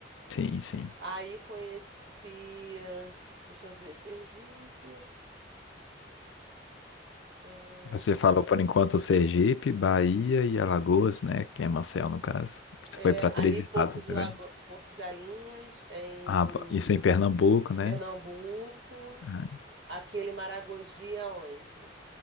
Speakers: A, on the left; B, on the right.
A: Sim, sim.
B: Aí conheci, eh, deixa eu ver, Sergipe, é,
A: Você falou por enquanto Sergipe, Bahia e Alagoas, né? Que é Maceió, no caso. Você
B: é,
A: foi para três
B: ali
A: estados
B: Porto
A: até
B: de Lago...
A: agora.
B: Porto de Galinhas, em
A: Ah, pa- isso é em Pernambuco, né?
B: Pernambuco.
A: Ah,
B: Aquele Maragogi é onde?